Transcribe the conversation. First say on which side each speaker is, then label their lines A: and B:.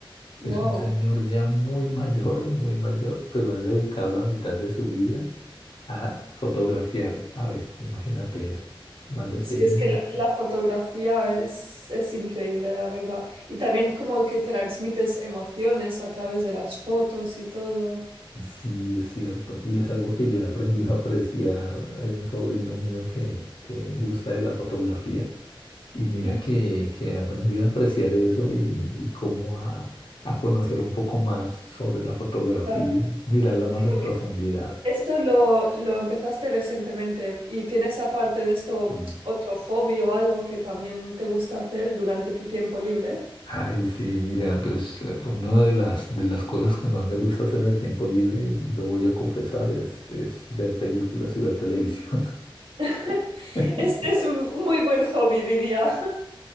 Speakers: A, on the right (about 75°); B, on the left (about 65°).
A: Wow.
B: Es un señor ya muy mayor, muy mayor, pero ha dedicado la mitad de su vida a fotografiar aves. Imagínate eso, más de 6.000
A: Sí, es que la,
B: especies.
A: la fotografía es, es increíble, la verdad. Y también como que transmites emociones a través de las fotos y todo.
B: Sí, es cierto. Y es algo que yo he aprendido a apreciar. Hay un sobrino mío que, que gusta de la fotografía y mira
A: Ujú.
B: que, que he aprendido a apreciar eso y, y cómo a, a conocer un poco más sobre la fotografía,
A: Claro,
B: mirarla más en
A: porque
B: profundidad.
A: Esto lo, lo empezaste recientemente y tienes aparte de esto
B: Mm.
A: otro hobby o algo que también te gusta hacer durante tu tiempo libre.
B: Ay, sí, mira, pues eh, una de las, de las cosas que más me gusta hacer en el tiempo libre, y lo voy a confesar, es, es ver películas y ver televisión.
A: <laughs>
B: <laughs>
A: Este es un muy buen hobby, diría. <laughs>